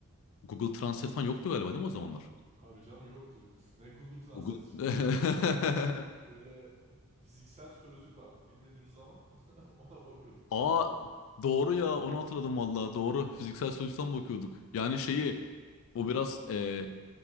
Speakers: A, on the left; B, on the right.
A: Google Translate falan yoktu galiba değil mi o zamanlar?
B: Tabii canım yoktu. <laughs> Ne Google Translate.
A: Google. <laughs>
B: Şey vardı böyle fiziksel sözlük vardı. Bilmediğimiz zaman <laughs> ona bakıyorduk.
A: Aa doğru ya onu hatırladım valla. Doğru. Fiziksel soyuttan bakıyorduk. Yani
B: Hı hı.
A: şeyi bu biraz eee